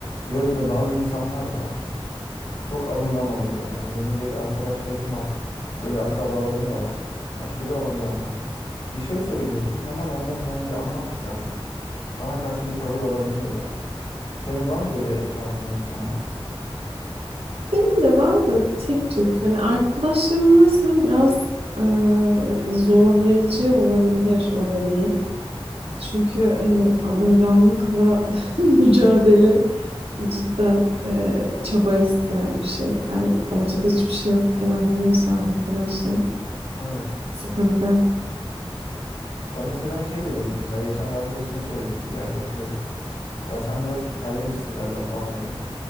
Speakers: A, on the left (about 80°); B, on the right (about 85°).
A: Gözde bazı insanlar var. Çok alıngan oluyorlar. Yani benim böyle arkadaşlarım var. Böyle akrabalarım da var. Aşırı alınganlar. Bir şey söylüyorsun hemen ondan yani bir anlam çıkartıp sana karşı bir tavır alabiliyor ya. Senin var mı böyle etrafında insanlar?
B: Benim de var da tek Türk. Hani arkadaşlarım varsa biraz e, zorlayıcı olabilir o dediğin. Çünkü hani alınganlıkla <laughs> mücadele cidden e, çaba isteyen bir şey. Yani ortada hiçbir şey yokken anlıyorsa arkadaşlar
A: Evet.
B: sıkıntı.
A: Ya mesela şey dedim. Mesela geçen bir arkadaşıma şey dedim. Bir yerde oturuyorduk. Ya sen biraz terlemişsin galiba falan dedim.